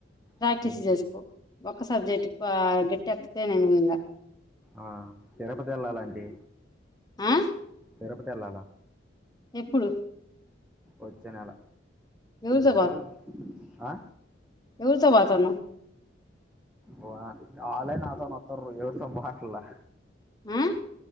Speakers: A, on the left; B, in the centre.
A: ప్రాక్టీస్
B: ఉంటాయి
A: చేసుకో ఒక్క సబ్జెక్ట్ కు ఆ గట్టెక్కితే నేను పోయింగా
B: ఆ తిరుపతి వెళ్లాలంటీ
A: ఆ
B: తిరుపతెల్లాల
A: ఎప్పుడు
B: వచ్చే నెల
A: ఎవరితో
B: ఎన్నీ రోజులు ఆ
A: ఎవురితో పోతున్నావ్
B: వా ఆల్లే నాతోనొత్తురు ఎవరితో పోట్లా
A: ఆ